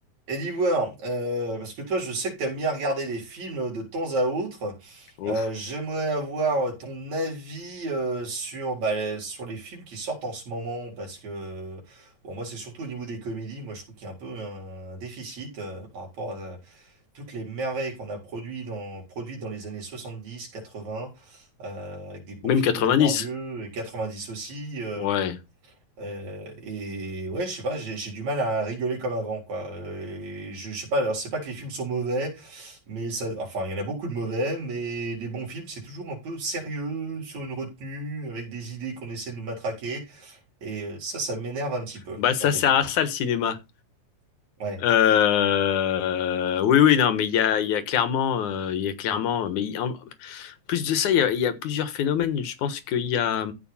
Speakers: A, on the right; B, on the left.
A: Et d'Ivoire, euh, parce que toi, je sais que t'aimes bien regarder des films de temps à autre.
B: Ouf.
A: Euh, j'aimerais avoir ton avis euh, sur, bah, sur les films qui sortent en ce moment, parce que bon, moi, c'est surtout au niveau des comédies. Moi, je trouve qu'il y a un peu un, un déficit euh, par rapport à toutes les merveilles qu'on a produites dans, produites dans les années 70, 80, euh, avec des bons
B: Même
A: films
B: 90.
A: de Depardieu et 90 aussi. euh,
B: Ouais.
A: euh, et ouais, je sais pas, j'ai j'ai du mal à rigoler comme avant, quoi. Euh, et je, je sais pas, alors c'est pas que les films sont mauvais, mais ça, enfin, il y en a beaucoup de mauvais, mais les bons films, c'est toujours un peu sérieux, sur une retenue, avec des idées qu'on essaie de nous matraquer, et euh, ça, ça m'énerve un petit peu,
B: Bah, ça
A: pour te
B: sert
A: dire.
B: à ça le cinéma.
A: Ouais,
B: Euh, Oui, oui, non, mais il y a, il y a clairement, euh, il y a clairement, mais il- en en plus de ça, il y a, il y a plusieurs phénomènes. Je pense qu'il y a